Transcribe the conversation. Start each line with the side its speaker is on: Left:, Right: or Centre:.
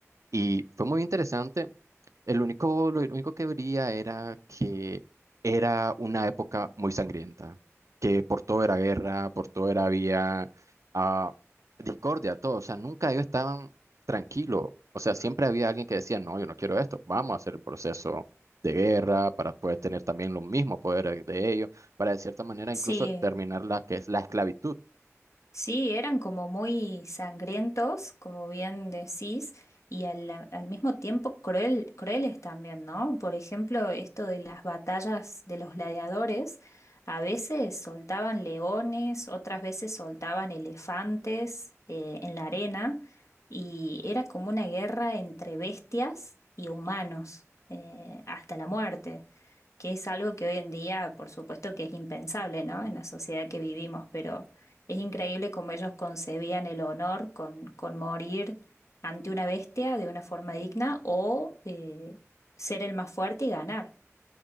Right: Y fue muy interesante el único, lo único que vería era que era una época muy sangrienta, que por todo era guerra, por todo era había ah, discordia, todo. O sea, nunca ellos estaban tranquilos. O sea, siempre había alguien que decía, no, yo no quiero esto, vamos a hacer un proceso de guerra para poder tener también los mismos poderes de ellos, para de cierta manera
Left: Sí,
Right: incluso terminar la que es la esclavitud.
Left: Sí, eran como muy sangrientos, como bien decís, y al, al mismo tiempo cruel, crueles también, ¿no? Por ejemplo, esto de las batallas de los gladiadores, a veces soltaban leones, otras veces soltaban elefantes eh, en la arena, y era como una guerra entre bestias y humanos, eh, hasta la muerte, que es algo que hoy en día, por supuesto que es impensable, ¿no? En la sociedad que vivimos, pero... Es increíble cómo ellos concebían el honor con, con morir ante una bestia de una forma digna o eh, ser el más fuerte y ganar.